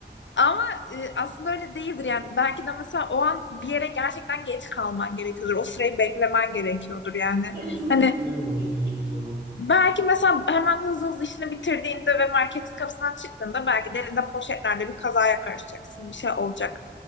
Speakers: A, on the left; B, on the right.
A: Ama e, aslında öyle değildir yani. Belki de mesela o an bir yere gerçekten geç kalman gerekiyordur. O sırayı beklemen gerekiyordur yani.
B: Evet evet
A: Hani
B: bilemiyorsun hiçbir zaman.
A: Belki mesela hemen hızlı hızlı işini bitirdiğinde ve marketin kapısından çıktığında belki de elinde poşetlerle bir kazaya karışacaksın. Bir şey olacak.